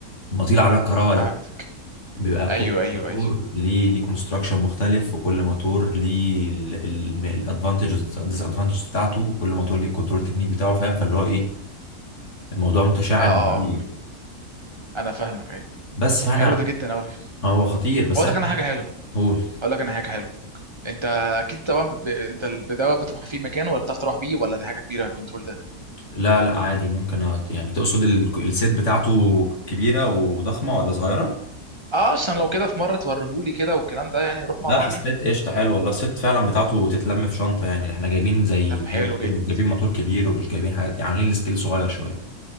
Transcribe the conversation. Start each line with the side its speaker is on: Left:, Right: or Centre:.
Left: مواتير العربيه الكهرباء
Right: فهمتك
Left: بيبقى كل
Right: ايوه ايوه
Left: موتور
Right: ايوه
Left: ليه ليه كونستراكشن مختلف وكل موتور ليه الادفانتجز ديس ادفانتجز بتاعته وكل موتور ليه الكنترول تكنيك بتاعه فاهم فاللي هو ايه الموضوع متشعب
Right: اه اه
Left: كتير
Right: آه. انا فاهمك ايوه
Left: بس
Right: طب
Left: فاحنا
Right: حلو ده جدا قوي
Left: هو خطير بس
Right: اقول
Left: احنا
Right: لك انا حاجه حلوه
Left: هقول
Right: اقول لك انا حاجه حلوه انت اكيد طبعا ب... ب- انت البدايه بتروح في مكان ولا بتعرف تروح بيه ولا دي حاجه كبيره الكنترول ده
Left: لا لا عادي ممكن أت... يعني تقصد ال- السيت بتاعته كبيرة وضخمة ولا صغيرة؟
Right: اه عشان لو كده في مره توريهولي كده والكلام ده يعني نروح مع
Left: لا
Right: بعضين
Left: السيت قشطة حلو والله السيت فعلا بتاعته تتلم في شنطة يعني احنا جايبين زي
Right: طب حلو
Left: مش
Right: جدا
Left: جايبين موتور كبير ومش جايبين حاجات عاملين السكيل صغير شوية